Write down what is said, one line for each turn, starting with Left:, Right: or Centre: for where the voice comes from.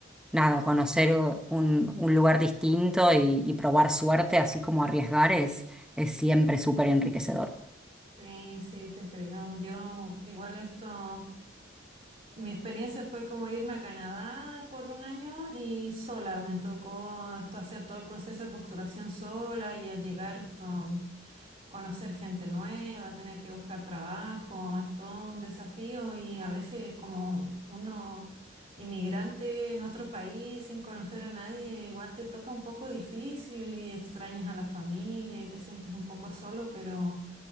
Centre: nada, conocer eh, un, un lugar distinto y, y probar suerte, así como arriesgar, es, es siempre súper enriquecedor.
Right: Sí, sí, te creo. Yo igual esto... Mi experiencia fue como irme a Canadá por un año y sola. Me tocó esto hacer todo el proceso de postulación sola y al llegar esto... conocer gente nueva, tener que buscar trabajo, es todo un desafío y a veces como uno inmigrante en otro país sin conocer a nadie, igual te toca un poco difícil y extrañas a la familia y te sientes un poco solo, pero